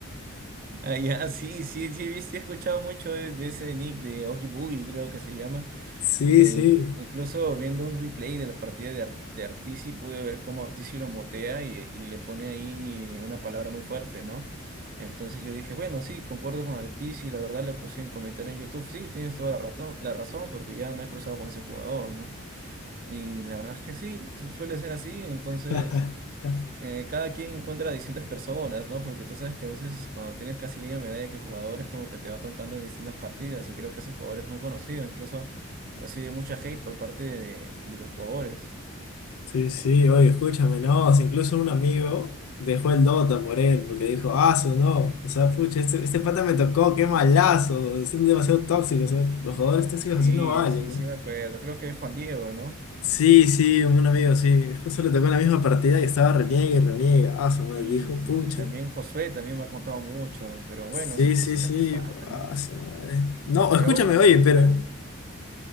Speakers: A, on the right; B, on the left.
A: Ah, ya, sí, sí, sí, he visto- he escuchado mucho de, de ese nick de Oogie Boogie, creo que se llama.
B: sí,
A: Eh,
B: sí,
A: incluso viendo un replay de la partida de, Ar- de Artici, pude ver cómo Artici lo motea y, y le pone ahí una palabra muy fuerte, ¿no? Entonces yo dije, bueno, sí, concuerdo con Artici, la verdad le puse en comentario en YouTube, sí, tienes toda la razón, la razón, porque ya me he cruzado con ese jugador, ¿no? Y la verdad es que sí, su- suele ser así, entonces
B: <laughs>
A: eh, cada quien encuentra a distintas personas, ¿no? Porque tú sabes que a veces cuando tienes casi línea de medalla que el jugador es como que te va tocando en distintas partidas. Yo creo que ese jugador es muy conocido, incluso recibe mucha hate por parte de, de los jugadores.
B: Sí, sí, oye, escúchame, no, si incluso un amigo dejó el Dota por él, porque dijo, ah, su no, o sea, pucha, este, este pata me tocó, qué malazo, es demasiado tóxico, o sea, los jugadores tóxicos
A: Sí,
B: así no valen,
A: sí,
B: ¿no?
A: sí me acuerdo. Creo que es Juan Diego, ¿no?
B: Sí, sí, un amigo, sí, justo le tocó en la misma partida y estaba reniega y reniega, ah, su madre,
A: Sí,
B: dijo,
A: sí.
B: pucha,
A: sí. También Josué también me ha contado mucho, pero bueno,
B: sí,
A: son
B: sí,
A: cositas
B: sí,
A: que pasan,
B: ah,
A: ¿no?
B: su madre. No,
A: Pero
B: escúchame,
A: bueno, al
B: oye,
A: final
B: pero,